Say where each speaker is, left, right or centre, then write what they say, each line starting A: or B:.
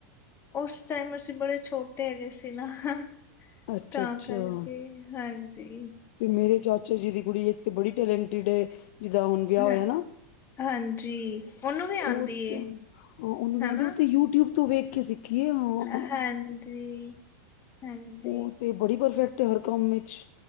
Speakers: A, on the left; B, on the left.
A: ਉਸ ਟਾਈਮ ਅਸੀਂ ਬੜੇ ਛੋਟੇ ਹੈਗੇ ਸੀ ਨਾ ਹਾਂ।
B: ਅੱਛਾ
A: ਤਾਂ
B: ਅੱਛਾ
A: ਕਰਕੇ ਹਾਂਜੀ
B: ਤੇ ਮੇਰੇ ਚਾਚਾ ਜੀ ਦੀ ਕੁੜੀ ਇੱਕ ਤੇ ਬੜੀ ਟੈਲੈਂਟਡ ਹੈ ਜਿਦਾ ਹੁਣ ਵਿਆਹ
A: ਹ
B: ਹੋਇਆ ਨਾ।
A: ਹਾਂਜੀ ਉਹਨੂੰ ਵੀ ਆਂਦੀ
B: ਉਹ
A: ਏ
B: ਤੇ ਹਾਂ ਉਹਨੂੰ ਵੀ
A: ਹਨਾ।
B: ਆਂਦੀ। ਉਹ ਤੇ ਯੂਟਿਊਬ ਤੋਂ ਵੇਖ ਕੇ ਸਿੱਖੀ ਏ ਹਾਂ
A: ਹਾਂਜੀ ਹਾਂਜੀ
B: ਉਹ ਤੇ ਬੜੀ ਪਰਫੈਕਟ ਹੈ ਹਰ ਕੰਮ ਵਿੱਚ